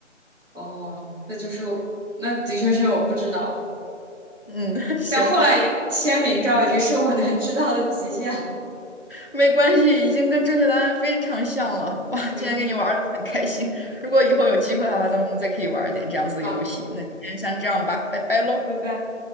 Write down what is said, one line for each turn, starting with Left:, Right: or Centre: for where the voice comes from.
Right: 哦，那就是那的确是我不知道，
Left: 嗯，<laughs> 行吧，
Right: 但后来签名照已经是我能知道的极限了。
Left: 没关系，已经跟正确答案非常像了。哇，
Right: 行，
Left: 今天跟你玩的很开心，如果以后有机会的话，咱们再可以玩一点这样子的游戏。
Right: 好，
Left: 那今天先这样吧，拜拜喽。
Right: 拜拜。